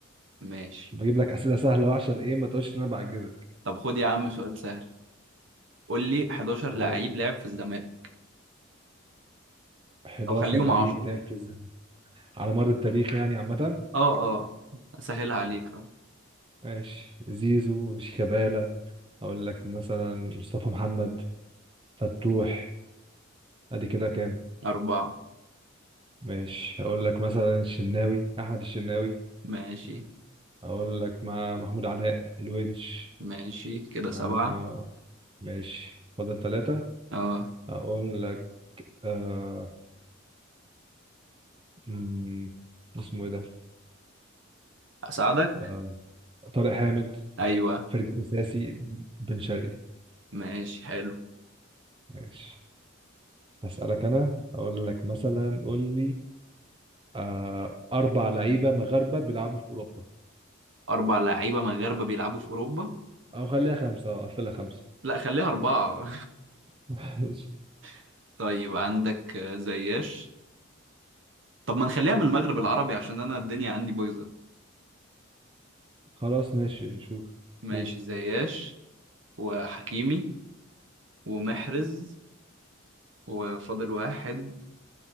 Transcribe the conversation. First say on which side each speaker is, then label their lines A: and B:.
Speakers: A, on the right; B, on the right.
A: ماشي
B: بجيب لك اسئله سهله أهو عشان ايه ما تقولش ان انا بعجزك
A: طب خد يا عم سؤال سهل قول لي 11 لعيب
B: قول
A: لعب في الزمالك
B: 11
A: او خليهم
B: لعيب
A: 10
B: لعب في على مر التاريخ يعني عامة
A: اه اه اسهلها عليك اه
B: ماشي زيزو شيكابالا أقول لك مثلا مصطفى محمد فتوح أدي كده كام
A: أربعة
B: ماشي أقول لك مثلا الشناوي أحمد الشناوي
A: ماشي
B: أقول لك مع محمود علاء الونش
A: ماشي كده سبعة
B: آه ماشي فضل ثلاثة
A: اه
B: أقول لك آه مم، اسمه إيه ده
A: اساعدك
B: آه طارق حامد
A: ايوه
B: فرجاني ساسي بن شرقي
A: ماشي حلو
B: ماشي هسألك أنا أقول لك مثلا قول لي آه، أربع لعيبة مغاربة بيلعبوا في أوروبا
A: أربع لعيبة مغاربة بيلعبوا في أوروبا
B: أو خليها خمسة أو قفلها خمسة
A: لا خليها أربعة
B: <laughs> ماشي.
A: <laughs> طيب عندك آه، زياش طب ما نخليها من المغرب العربي عشان أنا الدنيا عندي بايظة
B: خلاص ماشي شوف
A: ماشي
B: قول
A: زياش وحكيمي ومحرز وفاضل واحد